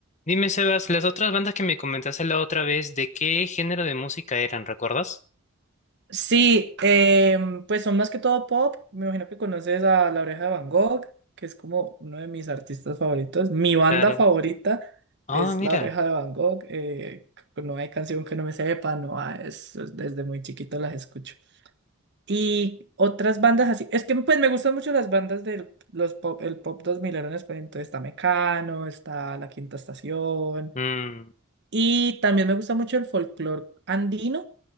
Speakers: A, on the left; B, on the right.
A: Dime, Sebas, las otras bandas que me comentaste la otra vez, ¿de qué género de música eran? ¿Recuerdas?
B: Sí, em, pues son más que todo pop. Me imagino que conoces a La Oreja de Van Gogh, que es como uno de mis artistas favoritos. Mi banda
A: Claro.
B: favorita
A: Ah,
B: es
A: mira.
B: La Oreja de Van Gogh. eh, no hay canción que no me sepa, no hay- es- es- desde muy chiquito las escucho. Y otras bandas así, es que pues me gustan mucho las bandas del los pop, el pop 2000 en español. Entonces está Mecano, está La Quinta Estación.
A: Mm,
B: Y también me gusta mucho el folclore andino